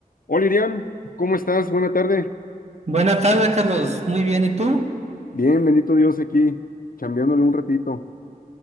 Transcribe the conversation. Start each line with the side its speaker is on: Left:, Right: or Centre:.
Left: Hola Iriam, ¿cómo estás? Buena tarde.
Right: Buenas tardes, Carlos. Muy bien, ¿y tú?
Left: Bien, bendito Dios aquí, chambeándole un ratito.